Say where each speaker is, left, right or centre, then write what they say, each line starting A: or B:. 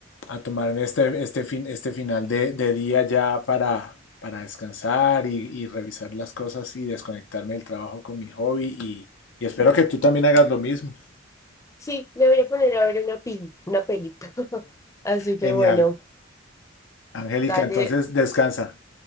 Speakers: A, on the left; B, on the left.
A: a tomarme este, este, fin, este final de, de día ya para, para descansar y, y revisar las cosas y desconectarme del trabajo con mi hobby. Y, y espero que tú también hagas lo mismo.
B: Sí, le voy a poner a ver una peli, una peli. <laughs> Así que
A: Genial.
B: bueno,
A: Angélica,
B: dale
A: entonces descansa.